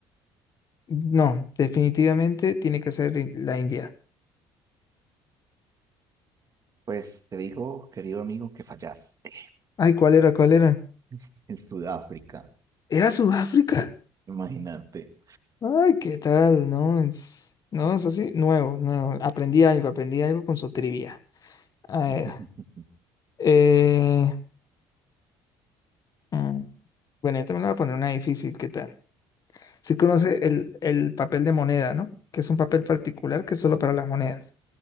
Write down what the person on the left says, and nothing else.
no, definitivamente tiene que ser la India.
Ay, ¿cuál era? ¿Cuál era?
¿Era Sudáfrica?
Ay, ¿qué tal? No, es, no, es así, nuevo, nuevo. Aprendí algo, aprendí algo con su trivia. A ver,
eh, mm, bueno, yo también le voy a poner una difícil, ¿qué tal? ¿Sí conoce el, el papel de moneda, ¿no? Que es un papel particular que es solo para las monedas.